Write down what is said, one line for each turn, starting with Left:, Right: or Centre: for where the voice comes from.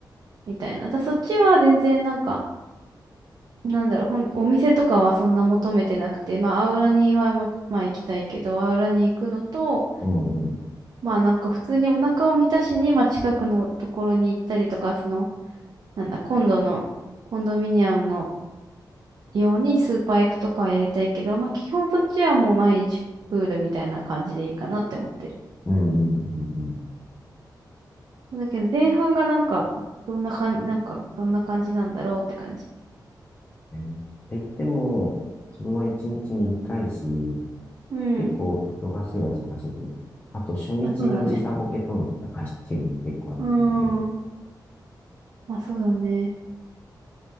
Right: みたいな。だそっちは全然なんか、なんだろう、ほん、お店とかはそんな求めてなくて、まあ、アウラにはもう、まあ行きたいけど、アウラに行くのと、
Left: うん、
Right: まあなんか普通にお腹を満たしに、まあ近くのところに行ったりとか、その、なんだ、今度のコンドミニアムのようにスーパー行くとかはやりたいけど、まあ基本そっちはもう毎日プールみたいな感じでいいかなって思ってる。
Left: うん、うん、うん。うん
Right: だけど前半がなんか、どんな感じ、なんか、どんな感じなんだろうって感じ。
Left: ねえ言っても、自分は1日短いし、
Right: うん。
Left: 結構忙しいは忙しいと思う。あと初日の時差ボケとの戦いっていうのも結構あると思うけど。
Right: あ、そうだね。うーん。まあそうだね。